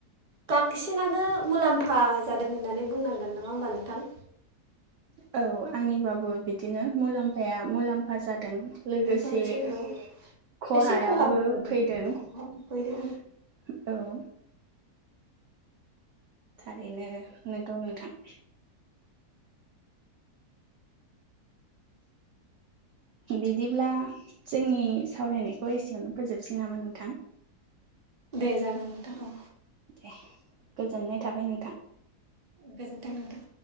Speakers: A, on the right (about 30°); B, on the right (about 65°).
A: बांसिनानो मुलामफा जादों होननानै बुंनांगोन नङा होमबा नोंथां?
B: औ आंनिबाबो बिदिनो मुलामफाया मुलाम ख'हा जादों लोगोसे
A: बांसिन औ
B: ख'हायाबो
A: एसे खहाबो जादों
B: फैदों औ।
A: खहाबो फैदों
B: ओरैनो नंगौ नोंथां। बिदिब्ला जोंनि सावरायनायखौ एसेयावनो फोजोबसै नामा नोंथां?
A: दे जागोन नोंथां औ।
B: ए गोजोननाय थाबाय नोंथां।
A: गोजोनथों नोंथां।